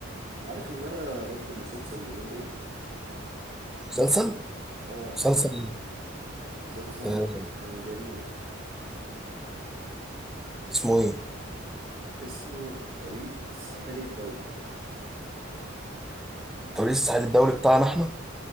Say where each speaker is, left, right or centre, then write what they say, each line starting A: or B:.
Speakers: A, on the right (about 45°); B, in the centre.
A: انت عارف ان انا بكتب مسلسل اليومين دول
B: مسلسل
A: اه
B: مسلسل
A: مسلسل
B: آه،
A: آه، جريمة
B: اسمه ايه
A: اسمه الطريق الساحلي الدولي
B: طريق الساحل الدولي بتاعنا احنا